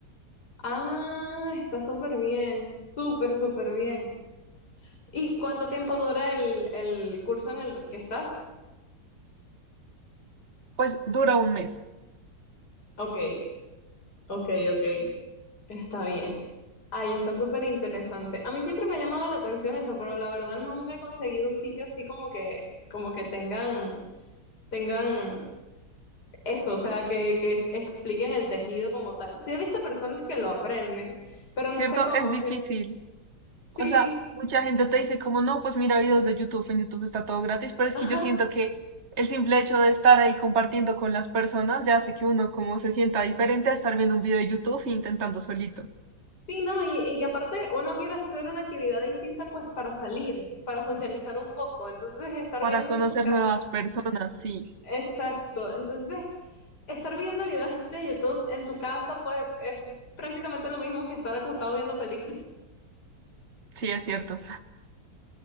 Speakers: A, on the left; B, on the right.
A: Ah, está súper bien, súper, súper bien. ¿Y cuánto tiempo dura el, el curso en el que estás?
B: Pues dura un mes,
A: Ok. Ok, ok. Está bien. Ay, está súper interesante. A mí siempre me ha llamado la atención eso, pero la verdad nunca he conseguido un sitio así como que, como que tengan, tengan eso, o sea, que, que expliquen el tejido como tal. Sí he visto personas que lo aprenden, pero
B: ¿cierto?
A: no sé cómo.
B: Es difícil.
A: Sí, sí,
B: O sea, mucha gente te dice como, no, pues mira videos de YouTube, en YouTube está todo gratis, pero es
A: ajá.
B: que yo siento que el simple hecho de estar ahí compartiendo con las personas ya hace que uno como se sienta diferente a estar viendo un video de YouTube e intentando solito.
A: Sí, no, y, y que aparte uno quiere hacer una actividad distinta pues para salir, para socializar un poco. Entonces, estar
B: Para
A: viendo
B: conocer
A: en tu casa.
B: nuevas personas, sí,
A: Exacto. Entonces, estar viendo videos de YouTube en tu casa, pues es prácticamente lo mismo que estar acostado viendo películas.
B: sí es cierto.